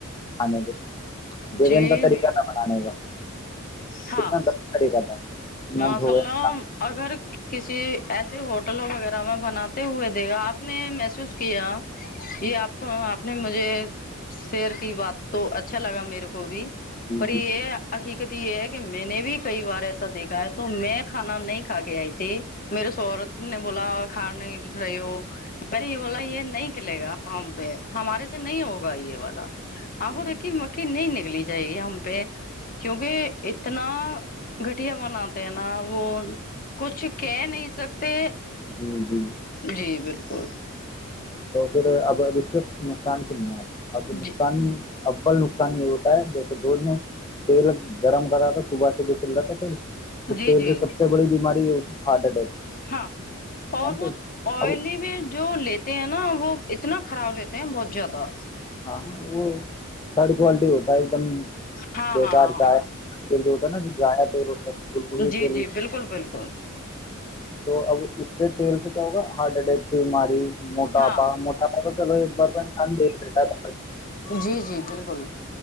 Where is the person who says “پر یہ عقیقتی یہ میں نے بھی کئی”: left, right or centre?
Left